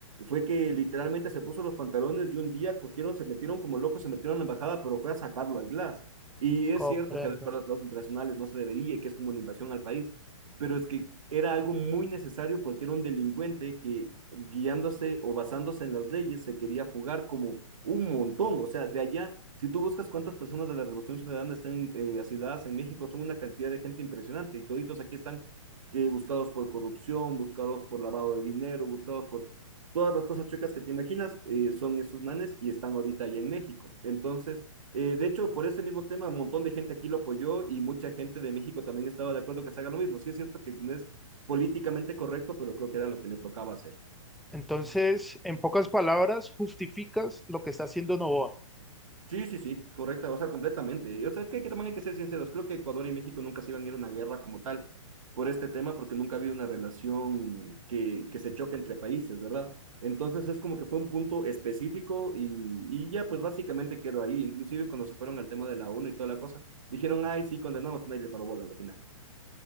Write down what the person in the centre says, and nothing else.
comprendo.
Entonces, en pocas palabras, justificas lo que está haciendo Novoa.